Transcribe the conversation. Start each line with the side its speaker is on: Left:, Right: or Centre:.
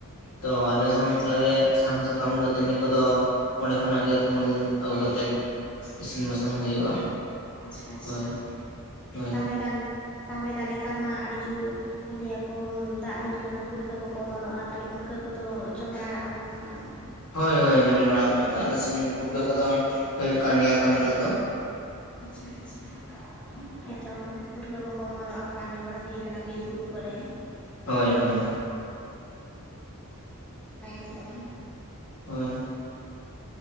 Left: ᱛᱚ ᱟᱞᱮ
Centre: ᱟᱪᱪᱷᱟ
Left: ᱦᱚᱸ ᱚᱱᱠᱟᱜᱮ
Centre: ᱟᱪᱪᱷᱟ
Left: ᱥᱟᱦᱟᱱ ᱥᱟᱠᱟᱢ ᱫᱟᱹᱛᱟᱹᱱᱤ ᱠᱚᱫᱚ ᱚᱸᱰᱮ ᱠᱷᱚᱱᱟᱜ ᱜᱮ ᱛᱩᱢᱟᱹᱞ ᱟᱹᱜᱩ ᱠᱟᱛᱮᱫ ᱤᱥᱤᱱ ᱵᱟᱥᱟᱝ
Centre: ᱟᱪᱪᱷᱟ
Left: ᱦᱩᱭᱩᱜᱼᱟ
Centre: ᱟᱪᱪᱷᱟ ᱟᱪᱪᱷᱟ
Left: ᱦᱳᱭ ᱦᱳᱭ
Centre: <unintelligible> ᱛᱟᱦᱚᱞᱮ ᱫᱚ ᱱᱮᱛᱟᱨ ᱢᱟ ᱟᱹᱰᱤ ᱡᱩᱨ ᱞᱟᱹᱭ ᱟᱠᱚ ᱫᱟᱜ ᱫᱤᱱ ᱠᱟᱱᱟ ᱯᱩᱴᱠᱟᱹ ᱠᱚᱠᱚ ᱚᱢᱚᱱᱚᱜᱼᱟ ᱛᱟᱦᱞᱮ ᱯᱩᱴᱠᱟᱹ ᱠᱚᱫᱚ ᱡᱚᱢ ᱵᱟᱲᱟ ᱟᱠᱟᱫ ᱠᱚᱣᱟᱢ ᱥᱮ ᱵᱟᱝᱟ
Left: ᱦᱳᱭ ᱦᱳᱭ ᱡᱚᱢ ᱵᱟᱲᱟ ᱟᱠᱟᱫ ᱜᱮᱭᱟ ᱟᱞᱮ ᱥᱮᱱ ᱯᱩᱴᱠᱟ. ᱠᱚᱫᱚ ᱦᱩᱭᱩᱜ ᱠᱟᱱ ᱜᱮᱭᱟ ᱠᱚ ᱱᱤᱛᱚᱜ ᱫᱚ
Centre: ᱟᱪᱪᱷᱟ ᱟᱪᱪᱷᱟ ᱦᱳᱭ ᱛᱚ ᱯᱩᱴᱠᱟ. ᱠᱚᱠᱚ ᱚᱢᱚᱱᱚᱜᱼᱟ ᱠᱚ ᱟᱸᱡᱚᱢ ᱵᱟᱲᱟ ᱦᱩᱭ ᱠᱟᱱᱟ ᱵᱤᱨᱵᱩᱨᱩ ᱠᱚᱨᱮ
Left: ᱦᱳᱭ
Centre: ᱟᱫᱚ
Left: ᱦᱳᱭ
Centre: ᱱᱟᱯᱟᱭ ᱜᱮ ᱛᱚᱵᱮ
Left: ᱦᱳᱭ